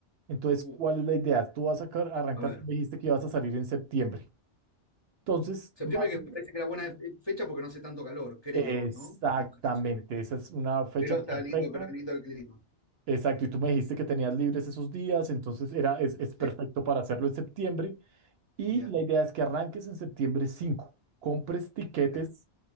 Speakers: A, on the right (about 65°); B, on the left (about 25°).
A: Entonces,
B: Uf,
A: ¿cuál es la idea? Tú vas a car- arrancar,
B: a ver.
A: tú me dijiste que ibas a salir en septiembre. Entonces,
B: Septiembre
A: marzo,
B: que me parece que era buena fe- fecha porque no hace tanto calor, creo,
A: exactamente,
B: ¿no? Me parece.
A: esa es una fecha
B: Pero está
A: perfecta.
B: lindo, pero lindo el clima.
A: Exacto, y tú me dijiste que tenías libres esos días, entonces era, es, es perfecto
B: Sí,
A: para hacerlo en septiembre. Y
B: bien.
A: la idea es que arranques en septiembre cinco. compres tiquetes
B: ok.